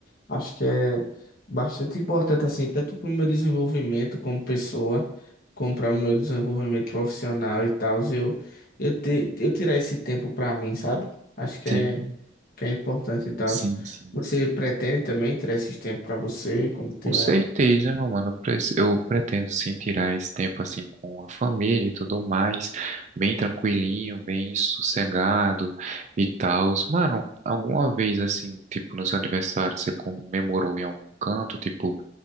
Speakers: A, on the left; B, on the right.
A: Acho que é bastante importante, assim, tanto para o meu desenvolvimento como pessoa, como para o meu desenvolvimento profissional e tal, eu, eu, te, eu tirar esse tempo para mim, sabe? Acho que
B: Sim,
A: é, que é importante e tal.
B: sim, sim.
A: Você pretende também tirar esse tempo para você quando tiver?
B: Com certeza, meu mano. Eu prece- eu pretendo sim tirar esse tempo assim com a família e tudo mais, bem tranquilinho, bem sossegado e tal. Mano, alguma vez assim, tipo, no seu aniversário, você comemorou em algum canto, tipo.